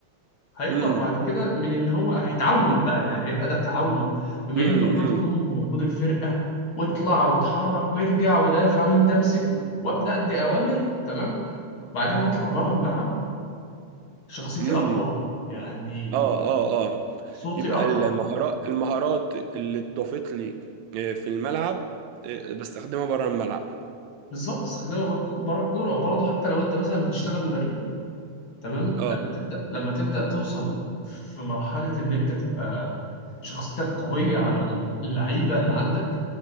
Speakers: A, on the left; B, on the right.
A: هيقدر
B: امم
A: بعد كده من ان هو هيتعود بقى يعني هيبقى ده تعود بما
B: امم
A: اني بقودكم وبقود الفرقه واطلع واتحرك وارجع ودافع وانت امسك وابدا ادي اوامر تمام بعدين هطلع بره الملعب شخصيتي
B: امم
A: اقوى يعني
B: اه اه اه
A: صوتي
B: يبقى
A: اقوى
B: المهارات المهارات اللي اتضافت لي آه، في الملعب آه، بستخدمها بره الملعب
A: بالظبط استخدمها بره الكوره وبرضه حتى لو انت مثلا بتشتغل مدرب تمام
B: اه
A: لما تبدأ لما تبدأ توصل في مرحلة إن أنت تبقى شخصيتك قوية على اللعيبة اللي عندك